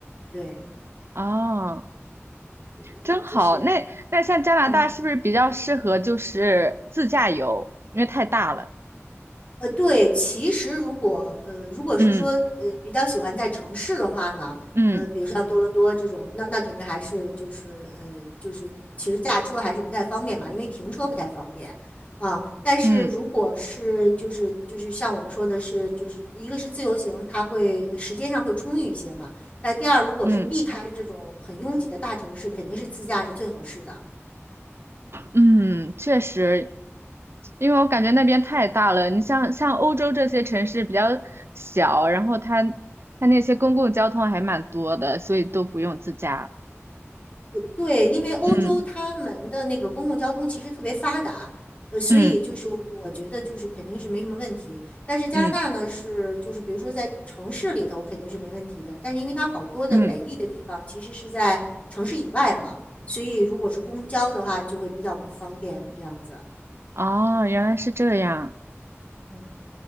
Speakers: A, on the left (about 30°); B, on the right (about 55°).
A: 对
B: 哦，
A: 对，
B: 真好。
A: 这是
B: 那那像加拿大是不是比较适合就是自驾游？
A: 嗯。
B: 因为太大了。
A: 呃，对，其实如果呃，如果是说呃比较喜欢在城市的话呢，
B: 嗯嗯
A: 呃，比如像多伦多这种，那那肯定还是就是呃就是其实驾车还是不太方便嘛，因为停车不太方便啊。但是如果是就是就是像我们说的是，
B: 嗯
A: 就是一个是自由行，它会呃时间上会充裕一些嘛。但第二，如果是避开这种很拥挤的大城市，
B: 嗯
A: 肯定是自驾是最合适的。
B: 嗯，确实，因为我感觉那边太大了。你像像欧洲这些城市比较小，然后它它那些公共交通还蛮多的，所以都不用自驾。
A: 对，因为欧洲他们的那个公共交通其实特别发达，
B: 嗯。
A: 呃，所以就是我觉得就是肯定是没什么问题。
B: 嗯
A: 但是加拿大呢是就是比如说在城市里头肯定是没问题的，
B: 嗯
A: 但是因为它好多的美丽的地方其实是在城市以外嘛，
B: 嗯，
A: 所以如果是公交的话就会比较不方便这样子。
B: 哦，原来是这样。
A: 嗯